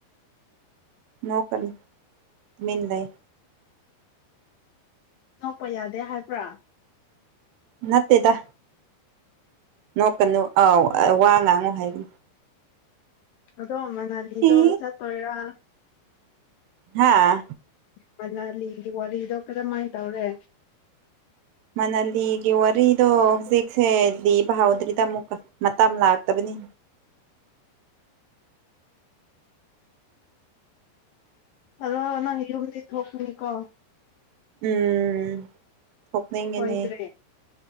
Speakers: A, on the right; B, on the left.
A: ꯅꯣꯡꯀꯅꯤꯃꯤ ꯂꯩ
B: ꯅꯣꯛꯄ ꯌꯥꯗꯦ ꯍꯥꯏꯕ꯭ꯔꯥ
A: ꯅꯠꯇꯦꯗ ꯅꯣꯛꯀꯅꯨ ꯑꯥꯎ ꯋꯥ ꯉꯥꯡꯉꯨ ꯍꯥꯏꯕꯅ
B: ꯑꯗꯣꯑꯃ ꯅꯥꯟꯗꯣ
A: ꯏ
B: ꯑꯣꯜ ꯆꯔ
A: ꯍꯥꯥ
B: ꯃꯖꯥ ꯂꯤꯒꯤ ꯋꯥꯔꯤꯗꯤ ꯏꯣ ꯀꯗꯃꯥꯏ ꯇꯧꯔꯦ
A: ꯃꯅꯂꯤꯒꯤ ꯋꯥꯔꯤꯗꯣ ꯍꯧꯖꯤꯛꯁꯦ ꯂꯤꯕ ꯍꯧꯥꯎꯗ꯭ꯔꯤꯗ ꯑꯃꯨꯛꯀ ꯃꯇꯝ ꯂꯥꯛꯇꯕꯅꯤ
B: ꯑ ꯅꯪ ꯌꯝꯗꯤ ꯊꯣꯄꯅꯤꯀꯣ
A: ꯎꯝ ꯊꯣꯛꯅꯤꯡꯉꯤꯅꯤ
B: ꯁꯣꯏꯗ꯭ꯔꯦ